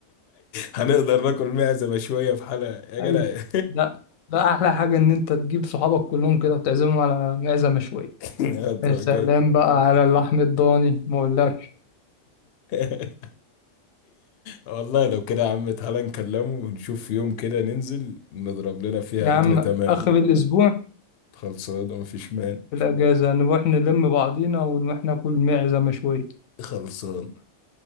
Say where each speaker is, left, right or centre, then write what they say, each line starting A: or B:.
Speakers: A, on the left (about 60°); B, on the left (about 80°).
A: هنقدر ناكل معزة شوية في حلقة يا جدع
B: ايوه ده ده أحلى حاجة إن أنت تجيب صحابك كلهم كده وتعزمهم على معزة مشوية
A: <laughs> هتروح
B: يا سلام
A: جاي
B: بقى على اللحم الضاني ما أقولكش
A: <laughs> والله لو كده يا عم تعالى نكلمه ونشوف يوم كده ننزل نضرب لنا فيها
B: يا عم
A: أكلة تمام
B: آخر الأسبوع
A: خلصان ومفيش مان
B: في الأجازة نروح نلم بعضينا ونروح ناكل معزة مشوية
A: خلصان